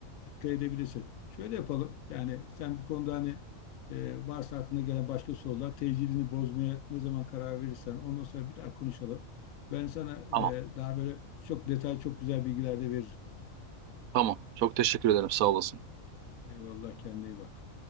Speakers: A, on the left; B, on the right.
A: dikkat edebilirsin. Şöyle yapalım. Yani sen bu konuda hani e, varsa aklına gelen başka sorular, tecilini bozmaya ne zaman karar verirsen ondan sonra bir daha konuşalım. Ben sana e,
B: Tamam.
A: daha böyle çok detay, çok güzel bilgiler de veririm.
B: Tamam. Çok teşekkür ederim. Sağ olasın.
A: Eyvallah kendine iyi bak.